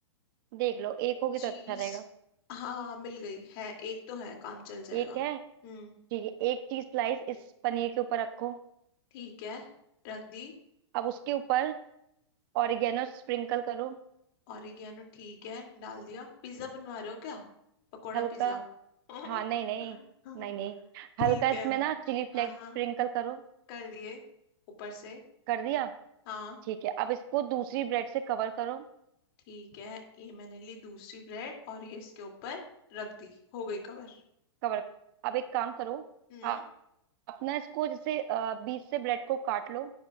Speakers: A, on the right (about 50°); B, on the left (about 50°).
A: देख लो एक होगी
B: चीज
A: तो अच्छा रहेगा
B: हाँ मिल गई है एक तो है काम चल जाएगा
A: एक है
B: हम्म
A: ठीक है एक चीज स्लाइस इस पनीर के ऊपर रखो
B: ठीक है रख दी
A: अब उसके ऊपर ऑरिगेनो स्प्रिंकल करो
B: ऑरिगेनो ठीक है डाल दिया पिज्जा बनवा रहे हो क्या पकोड़ा
A: हल्का
B: पिज्जा <laughs>
A: हाँ नहीं नहीं नहीं नहीं हल्का
B: ठीक
A: इसमें
B: है
A: ना चिली फ्लेक्स
B: हाँ
A: स्प्रिंकल
B: हाँ
A: करो
B: कर दिए ऊपर से
A: कर दिया
B: हाँ
A: ठीक है अब इसको दूसरी ब्रेड से कवर करो
B: ठीक है ये मैंने ली दूसरी ब्रेड और ये इसके ऊपर रख दी हो गई कवर
A: कवर अब एक काम करो
B: हम्म
A: आप अपना इसको जैसे अ, बीच से ब्रेड को काट लो